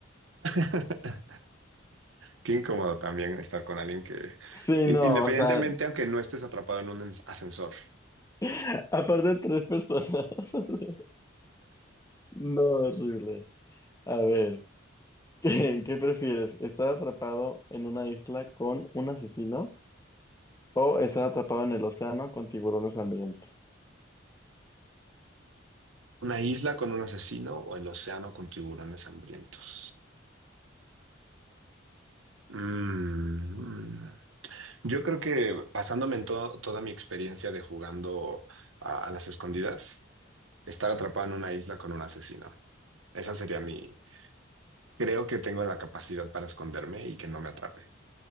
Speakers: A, on the right; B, on the left.
A: <laughs> Qué incómodo también estar con alguien que,
B: Sí,
A: in-
B: no,
A: independientemente,
B: o sea,
A: aunque no estés atrapado en un ens- ascensor,
B: <laughs> aparte de tres personas. <laughs> No, horrible. A ver, <laughs> ¿qué, qué prefieres? ¿Estar atrapado en una isla con un asesino? O estás atrapado en el océano con tiburones hambrientos.
A: una isla con un asesino o el océano con tiburones hambrientos. Mm. Yo creo que basándome en to- toda mi experiencia de jugando a, a las escondidas, estar atrapado en una isla con un asesino. Esa sería mi... Creo que tengo la capacidad para esconderme y que no me atrape.